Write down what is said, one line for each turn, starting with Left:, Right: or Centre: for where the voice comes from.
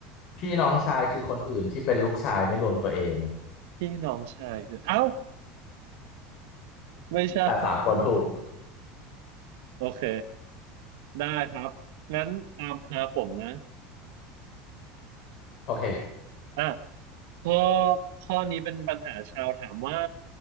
Left: พี่น้องชายคือคนอื่นที่เป็นลูกชายไม่รวมตัวเอง
Right: พี่น้องชายคือเอ้าไม่ใช่
Left: แต่สามคนถูก
Right: โอเคได้ครับงั้นตามตาผมนะ
Left: โอเค
Right: อ่ะข้อข้อนี้เป็นปัญหาชาวถามว่า